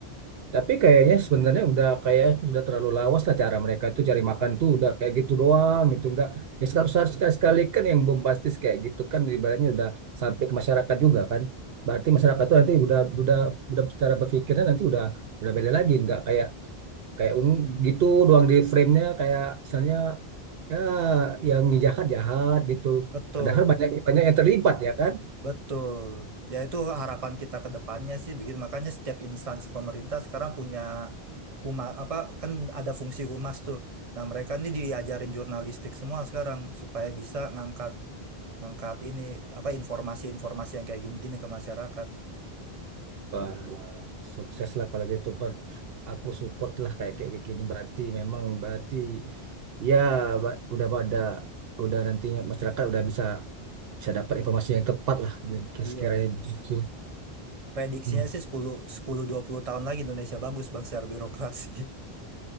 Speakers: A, on the right (about 70°); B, on the right (about 35°).
A: Tapi kayaknya sebenarnya udah kayak udah terlalu lawas lah cara mereka tuh cari makan tuh udah kayak gitu doang gitu nggak. ya harus harus sekali sekali kan yang bombastis kayak gitu kan ibaratnya udah sampai ke masyarakat juga kan berarti
B: Iya.
A: masyarakat tuh nanti udah udah udah cara berpikirnya nanti udah udah beda lagi nggak kayak kayak un- gitu doang di frame-nya kayak misalnya ya yang jahat jahat gitu
B: Betul,
A: padahal banyak banyak yang terlibat ya kan
B: betul. Ya itu harapan kita ke depannya sih begitu. Makanya setiap instansi pemerintah sekarang punya huma apa kan ada fungsi humas tuh. Nah, mereka ini diajarin jurnalistik semua sekarang supaya bisa ngangkat ngangkat ini apa informasi-informasi yang kayak gini-gini ke masyarakat.
A: Wah, sukses lah kalau gitu Bud. Aku support lah kayak kayak kayak gini berarti memang berarti ya ba- udah pada udah nantinya masyarakat udah bisa bisa dapat informasi yang tepat lah dan
B: Iya.
A: sekiranya begitu.
B: Prediksinya
A: Hmm.
B: sih sepuluh, sepuluh dua puluh tahun lagi Indonesia bagus Bang secara birokrasi.